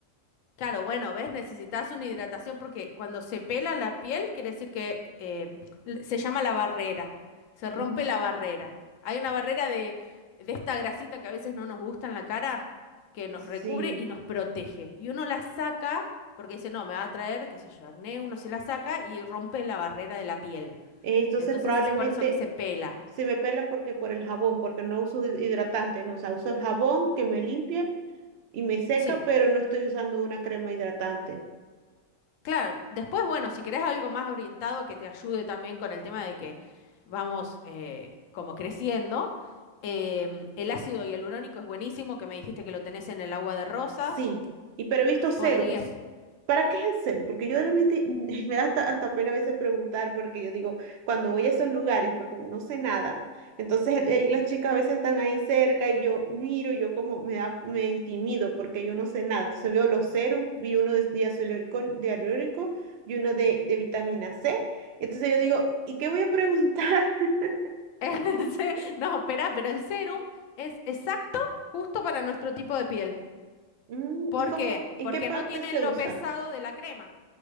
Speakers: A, on the left; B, on the right.
A: claro, bueno, ¿ves? Necesitas una hidratación porque cuando se pela la piel, quiere decir que em, l- se llama la barrera, se rompe
B: Mm,
A: la barrera. Hay una barrera de, de esta grasita que a veces no nos gusta en la cara, que nos
B: Sí,
A: recubre y nos protege. Y uno la saca, porque dice, no, me va a traer, qué sé yo, acné, uno se la saca y rompe la barrera de la piel.
B: Eh, entonces
A: Entonces
B: probablemente
A: es por eso que se pela.
B: se me pela porque por el jabón, porque no uso hid- hidratante, no, o sea, uso el jabón que me limpia y me seca,
A: Sí,
B: pero no estoy usando una crema hidratante.
A: claro. Después, bueno, si querés algo más orientado que te ayude también con el tema de que vamos eh, como creciendo, em, el ácido hialurónico es buenísimo, que me dijiste que lo tenés en el agua de rosas.
B: Sí, y pero he visto serums.
A: Podrías.
B: ¿Para qué es el serum? Porque yo realmente <laughs> me da hasta, hasta pena a veces preguntar, porque yo digo, cuando voy a esos lugares, porque como no sé nada, entonces eh, ahí las chicas a veces están ahí cerca y yo miro, y yo como me da, me intimido porque yo no sé nada. Entonces veo los serums, vi uno de diacelurílico, dialurílico y uno de, de vitamina C. Entonces yo digo, ¿y qué voy a preguntar? <laughs>
A: <laughs> El se- No, espera, pero el serum es exacto, justo para nuestro tipo de piel.
B: Mm,
A: ¿Por
B: ¿Y cómo,
A: qué?
B: en
A: Porque
B: qué parte
A: no tiene
B: se
A: lo
B: usa?
A: pesado de la crema.